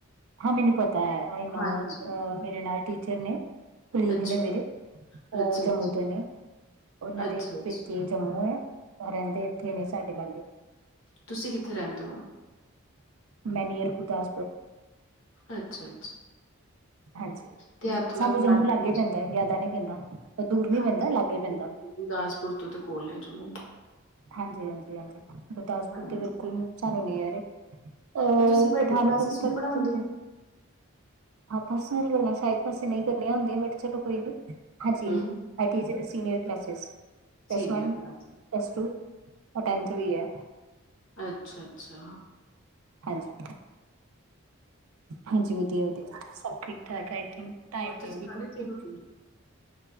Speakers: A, on the right; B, on the left.
A: ਆ ਮੈਨੂੰ ਪਤਾ, ਆਈ ਨੋਨ
B: ਹਾਂਜੀ
A: ਮੇਰੇ ਨਾਲ ਟੀਚਰ ਨੇ ਲੀਗ
B: ਅੱਛਾ,
A: ਨੇ ਮੇਰੇ, ਉਹ
B: ਅੱਛਾ,
A: ਜੰਮੂ
B: ਅੱਛਾ,
A: ਤੋਂ ਨੇ ਉਨਾਂ
B: ਅੱਛਾ,
A: ਦੇ ਪੇਕੇ
B: ਅੱਛਾ
A: ਜੰਮੂ ਆ, ਰਹਿੰਦੇ ਇੱਥੇ ਨੇ ਸਾਡੇ ਲਾਗੇ
B: ਤੁਸੀਂ ਕਿੱਥੇ, ਰਹਿੰਦੇ ਹੋ?
A: ਮੈ ਨੀਂਅਰ ਗੁਰਦਾਸਪੁਰ
B: ਅਛਾ -ਅੱਛਾ
A: ਹਾਂਜੀ,
B: ਤੇ ਇੱਥੋਂ
A: ਸਾਨੂੰ
B: ਦਾ ਕਲਾੜੀ
A: ਜੰਮੂ ਲਾਗੇ
B: ਕੁਲਚਾ
A: ਹੀ ਪੈਂਦਾ, ਜਿਆਦਾ ਨਈ ਪੈਂਦਾ ਦੂਰ ਨਹੀਂ
B: ਹਾਂਜੀ,
A: ਪੈਂਦਾ ਲਾਗੇ ਪੈਂਦਾ
B: ਗੁਰਦਾਸਪੁਰ ਤੋਂ ਤੇ ਕੋਲ ਲੈ ਜੰਮੂ।
A: ਹਾਂਜੀ -ਹਾਂਜੀ ਗੁਰਦਾਸਪੁਰ
B: ਹਾਂਜੀ
A: ਤੇ ਬਿਲਕੁਲ ਸਾਨੂੰ, ਨੇਅਰ ਏ ਓ
B: ਤੇ ਤੁਸੀਂ ਵੱਡੀ
A: ਪਠਾਨਕੋਟ
B: ਕਲਾਸਿਸ
A: ਤਰਫ
B: ਨੂੰ ਪੜ੍ਹਾਉਂਦੇ
A: -ਤੁਰਫ
B: ਹੋ?
A: ਏ ਆਪਾ ਸਾਰੇ ਨਸ਼ਾ ਇੱਕ ਪਾਸੇ ਨਈ, ਕਰਨੇ ਹੁੰਦੇ ਹਾਂ ਵੀ, ਚੱਲੋ ਕੋਈ ਨਹੀਂ ਹਾਂਜੀ
B: ਹੂੰ, ਹੂੰ,
A: ਆਂ ਈ ਕੈਸਜ senior ਕਾਲਸਸਿਜ plus
B: senior
A: one,
B: class
A: plus two, ਔਰ ਟੈਂਨ ਥਰੀ ਵੀ ਐ
B: ਅੱਛਾ -ਅੱਛਾ
A: ਹਾਂਜੀ -ਹਾਂਜੀ ਵਧੀਆ -ਵਧੀਆ ਠੀਕ, ਠਾਕ ਐ ਇਥੇ, ਟਾਈਮ ਤੇ
B: ਤੁਸੀਂ
A: ਵੀ
B: ਖਾ
A: ਛੁਟੀ
B: ਲਿਤੀ ਰੋਟੀ